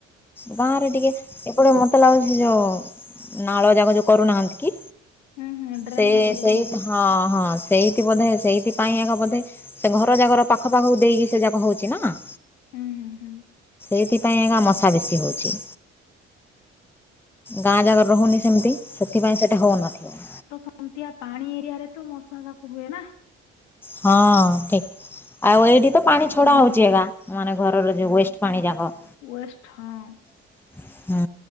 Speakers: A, in the centre; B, on the left.
A: ଗାଁରେ ଟିକେ ଏପଟେ ମତେ ଲାଗୁଚି ସେଯୋଉ ନାଳ ଜାଗ କରୁନାହାନ୍ତିକି
B: ହୁଁ ହୁଁ ଡ୍ରେନ୍
A: ସେ
B: ଯୋଗୁ
A: ସେଇ ହଁ ହଁ ସେଇଠି ବୋଧେ ସେଇଥିପାଇଁ ଆଗା ବୋଧେ ସେ ଘର ଜାକର ପାଖ ପାଖକୁ ଦେଇକି ସେଯାକ ହଉଚିନା।
B: ହୁଁ ହୁଁ ହୁଁ।
A: ସେଥିପାଇଁ ଆଗା ମଶା ବେଶୀ ହଉଚି। ଗାଁ ଜାଗାରେ ରହୁନି ସେମିତି ସେଥିପାଇଁ ସେଟା ହଉନଥିବ।
B: ଏମିତିଆ ପାଣି ଏରିଆରେତ ମଶା ଯାକ ହୁଏନା?
A: ହଁ ଠିକ୍। ଆଉ ଏଇଠିତ ପାଣି ଛଡା
B: ହୁଁ
A: ହଉଚି ଏଗା ମାନେ ଘରର ଯୋଉ ୱେଷ୍ଟ ପାଣି ଯାକ।
B: ୱଷ୍ଠ ହଁ।
A: ହୁଁ